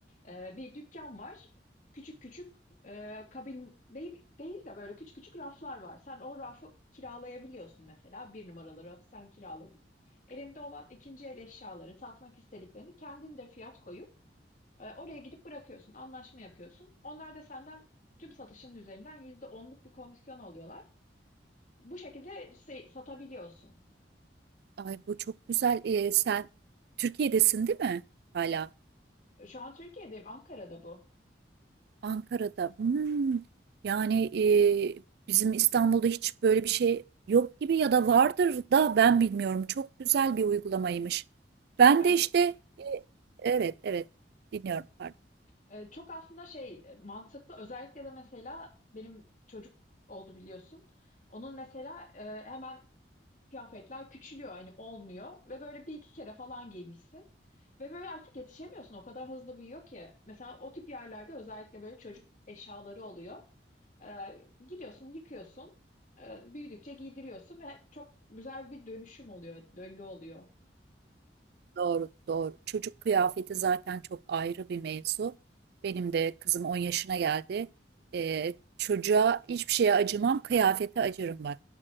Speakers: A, on the left (about 45°); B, on the right (about 60°).
A: Ee, bir dükkan var. Küçük küçük e, kabin değil, değil de böyle küçük küçük raflar var. Sen o rafı kiralayabiliyorsun mesela. Bir numaralı rafı sen kiraladın. Elinde olan ikinci el eşyaları, satmak istediklerini kendin de fiyat koyup e, oraya gidip bırakıyorsun, anlaşma yapıyorsun. Onlar da senden tüm satışının üzerinden yüzde onluk bir komisyon alıyorlar. Bu şekilde şey, satabiliyorsun.
B: Ay bu çok güzel. Ee, sen Türkiye'desin değil mi? Hala
A: E, Şu an Türkiye'deyim, Ankara'da bu.
B: Ankara'da. Hmm. Yani e, bizim İstanbul'da hiç böyle bir şey yok gibi ya da vardır da ben bilmiyorum. Çok güzel bir uygulamaymış. Ben
A: Yani
B: de işte e, evet evet dinliyorum pardon.
A: e, çok aslında şey e, mantıklı. Özellikle de mesela benim çocuk oldu biliyorsun. Onun mesela e, hemen kıyafetler küçülüyor, hani olmuyor ve böyle bir iki kere falan giymişsin. Ve böyle artık yetişemiyorsun. O kadar hızlı büyüyor ki. Mesela o tip yerlerde özellikle böyle çocuk eşyaları oluyor. Ee, gidiyorsun, yıkıyorsun, Ee, büyüdükçe giydiriyorsun ve çok güzel bir dönüşüm oluyor, döngü oluyor.
B: Doğru, doğru. Çocuk kıyafeti zaten çok ayrı bir mevzu. Benim de kızım 10 yaşına geldi. Ee, çocuğa hiçbir şeye acımam, kıyafete acırım bak.